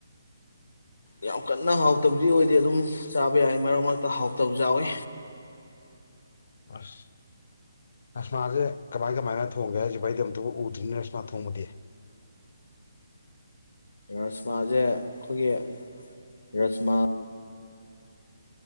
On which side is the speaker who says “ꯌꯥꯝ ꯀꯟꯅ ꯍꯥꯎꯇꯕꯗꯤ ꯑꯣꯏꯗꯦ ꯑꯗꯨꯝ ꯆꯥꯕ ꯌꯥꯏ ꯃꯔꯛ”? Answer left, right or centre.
Left